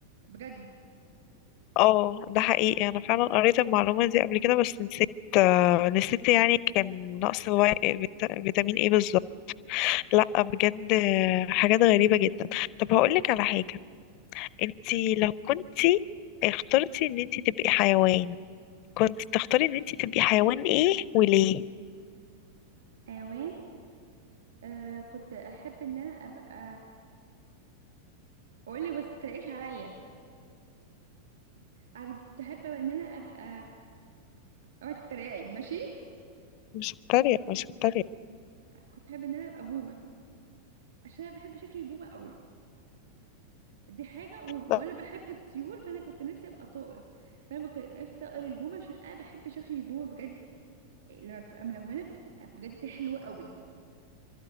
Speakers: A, on the right; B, on the left.
A: بجد
B: اه ده حقيقي أنا فعلا قريت المعلومة دي قبل كده بس نسيت آه، نسيت يعني كان نقص في- فيتا- فيتامين ايه بالظبط لا بجد آه، حاجات غريبة جدا طب هقولك على حاجة انتي لو كنتي اخترتي ان انتي تبقي حيوان كنت تختاري ان انتي تبقي حيوان ايه وليه؟
A: والحيوان آه كنت احب ان انا ابقى اقول لك بس تلاقيش عليا أنا كنت أحب إن أنا أبقى أوعي تتريقي ماشي
B: مش بتريق مش بتريق
A: كنت أحب إن أنا أبقى بومة عشان أنا بحب شكل البومة قوي دي حاجة و...
B: لا
A: وأنا بحب الطيور فأنا كنت نفسي أبقى طائر فأنا كنت نفسي طائر البومة عشان أنا بحب شكل البومة بجد لما بتبقى ملونة بتبقى بجد حلوة قوي